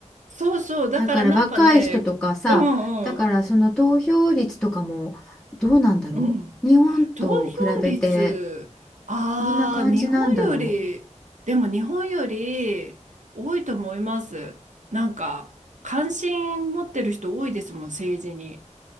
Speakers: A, on the right; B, in the centre.
A: そうそう、だからなんかね、
B: だから若い人とかさ、
A: うんうん、
B: だからその投票率とかもどうなんだろう。
A: うん。
B: 日本と比べて
A: 投票率、ああ、
B: どんな感じなんだろ
A: 日本より、でも日本より多いと思います。なんか、関心持ってる人多いですもん、政治に。